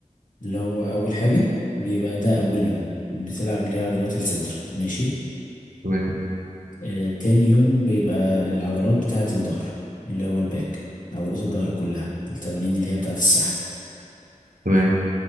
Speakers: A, on the left (about 80°); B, on the right (about 80°).
A: اللي هو اول حاجة بيبقى ده
B: مم.
A: اول يوم بتلعب اللي هي عضلات الصدر ماشي
B: تمام
A: آه تاني يوم بيبقى العضلات بتاعة الظهر اللي هو الباك عضلات الظهر كلها التمارين اللي هي بتاعة السحب
B: تمام